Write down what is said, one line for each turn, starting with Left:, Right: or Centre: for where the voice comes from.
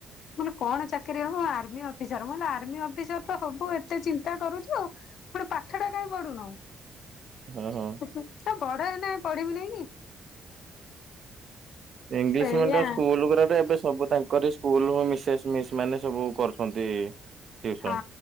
Left: ମୁଁ କହିଲି କଣ ଚାକିରୀ ହବ ଆର୍ମି ଅଫିସର ଆର୍ମି ଅଫିସର ତ ହବୁ ଏତେ ଚିନ୍ତା କରୁଛୁ? ପୁଣି ପାଠ ଟା କାହି ପଢୁନୁ?
Right: ହଁ ହଁ।
Left: ନା ବଡ଼ ହେଲେ ପଢିବି ନାଇଁ।
Right: ଇଂଲିଶ
Left: ସେଇଆ।
Right: ମିଡିୟମ ସ୍କୁଲ ଗୁଡାରେ ଏବେ ସବୁ ତାଙ୍କରି ସ୍କୁଲ ହ ମିସେସ୍ ମିସ୍ ମାନେ ସବୁ କରୁଛନ୍ତି। ଟିଉସନ
Left: ହଁ